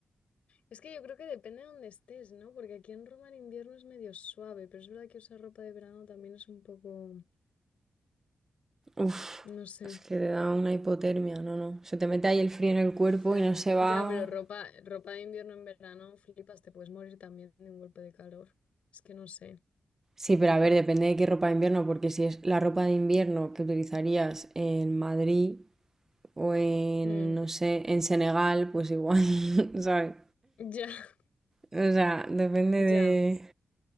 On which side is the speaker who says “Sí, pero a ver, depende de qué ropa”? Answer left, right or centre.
Right